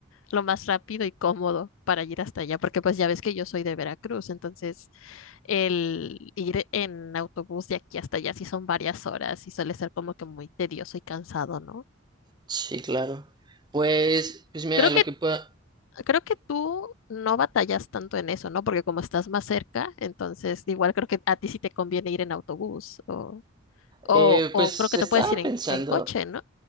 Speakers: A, on the left (about 80°); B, on the right (about 20°).
A: lo más rápido y cómodo para ir hasta allá, porque pues ya ves que yo soy de Veracruz, entonces el ir en autobús de aquí hasta allá sí son varias horas y suele ser como que muy tedioso y cansado, ¿no?
B: Sí, claro. Pues, pues mira,
A: Creo
B: lo
A: que,
B: que puedo,
A: creo que tú no batallas tanto en eso, ¿no? Porque como estás más cerca, entonces igual creo que a ti sí te conviene ir en autobús o, o,
B: eh,
A: o
B: pues
A: creo que
B: estaba
A: te puedes ir en,
B: pensando,
A: en coche, ¿no?